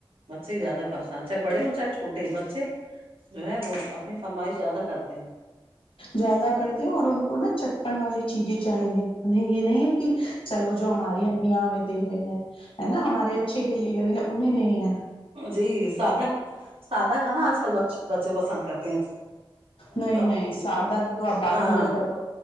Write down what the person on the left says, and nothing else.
زیادہ کرتے ہیں اور ان کو نا چٹپن والی چیزیں چاہیے انہیں یہ نہیں ہے کہ چلو جو ہماری امیاں ہمیں دے رہی ہیں ہے نا ہمارے اچھے کے لیے نا انہیں نہیں ہے
نہیں نہیں سادہ کی تو آپ بات
ہی نہ کرو